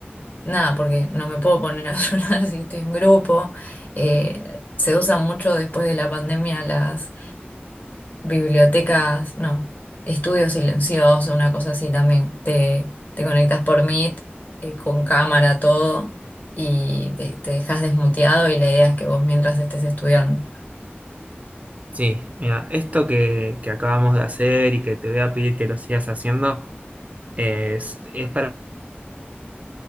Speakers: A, on the left; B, on the right.
A: nada, porque no me puedo poner a <laughs> llorar si estoy en grupo. Eh, se usan mucho después de la pandemia las bibliotecas, no, estudio silencioso, una cosa así también. Te, te conectas por Meet, eh, con cámara, todo, y te, te dejas desmuteado y la idea es que vos mientras estés estudiando.
B: Sí, mira, esto que, que acabamos de hacer y que te voy a pedir que lo sigas haciendo es, es para